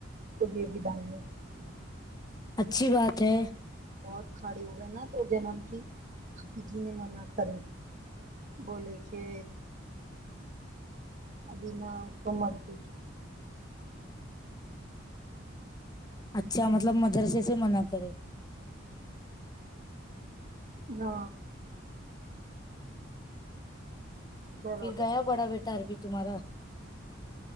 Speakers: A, on the right; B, on the left.
A: ابھی ابھی دالنے کا ہے
B: اچھی بات ہے
A: بہت کھڑے ہو گئے نا تو جناب جی ہپی جی نے منع کرے بولے کہ ابھی نا اسکو مت بھیجو
B: اچھا
A: بھیجو
B: مطلب مدرسے سے منع کرے
A: نا برابر
B: پھر گیا بڑا بیٹا عربی تمہارا